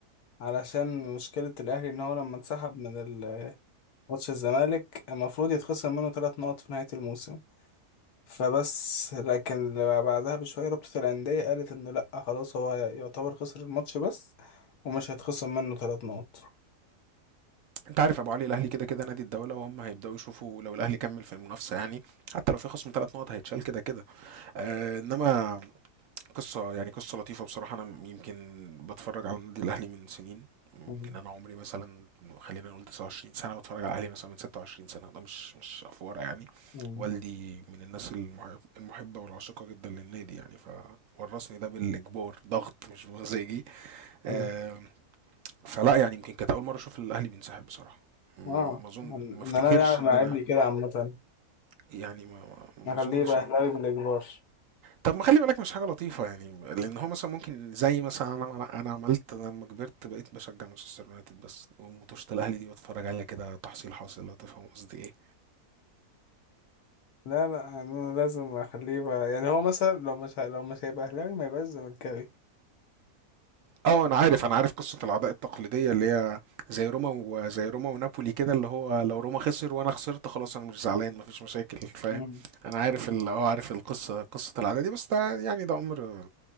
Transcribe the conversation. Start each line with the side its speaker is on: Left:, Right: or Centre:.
Left: علشان مشكلة الاهلي ان هو لما انسحب من ال- ماتش الزمالك المفروض يتخصم منه ثلاث نقط في نهاية الموسم فبس لكن بعدها بشوية رابطة الأندية قالت إنه لأ خلاص هو يعتبر خسر الماتش بس ومش هيتخصم منه ثلاث نقط
Right: أنت عارف يا أبو علي الأهلي كده كده نادي الدولة وهم هيبدأوا يشوفوا لو الأهلي كمل في المنافسة يعني حتى لو في خصم ثلاث نقط هيتشال كده كده آه، إنما قصة يعني قصة لطيفة بصراحة أنا م- يمكن بتفرج على النادي الأهلي من سنين يمكن
Left: مم.
Right: أنا عمري مثلا خلينا نقول 29 سنة بتفرج على الأهلي مثلا من 26 سنة ده مش مش أفورة يعني
Left: مم.
Right: والدي من الناس المحب المحبة والعاشقة جدا للنادي يعني فورثني ده بالإجبار ضغط مش بمزاجي آم،
Left: مم.
Right: فلا يعني يمكن كانت أول مرة أشوف الأهلي بينسحب بصراحة م-
Left: اه
Right: ما أظن
Left: إن
Right: ما أفتكرش
Left: أنا يعني
Right: إن
Left: مع
Right: أنا
Left: ابني كده عامة
Right: يعني ما ما
Left: أخليه
Right: أظنش
Left: يبقى
Right: إن
Left: أهلاوي بالإجبار
Right: طب ما خلي بالك مش حاجة لطيفة يعني لأن هو مثلا ممكن زي مثلا أنا أنا عملت لما كبرت بقيت بشجع مانشستر يونايتد بس وماتشات الأهلي دي بتفرج عليها كده تحصيل حاصل لو تفهم قصدي إيه
Left: لا لا أنا لازم أخليه يبقى يعني هو مثلا لو مش ه- لو مش هيبقى أهلاوي ما يبقاش زملكاوي
Right: أه أنا عارف أنا عارف قصة العداء التقليدية اللي هي زي روما وزي روما ونابولي كده اللي هو لو روما خسر وأنا خسرت خلاص أنا مش زعلان مفيش مشاكل فاهم
Left: مم.
Right: أنا عارف ال... أه عارف القصة قصة العداء دي بس ده يعني ده أمر